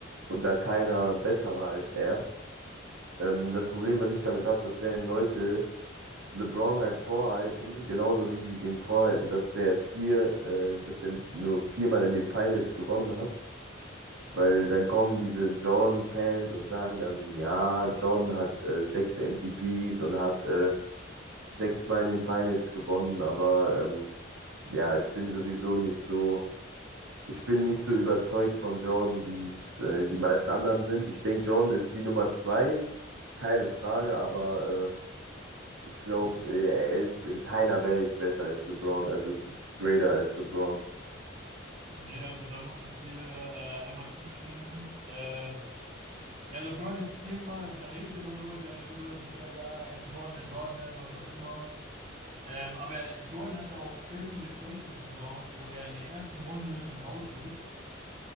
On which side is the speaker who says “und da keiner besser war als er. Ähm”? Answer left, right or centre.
Right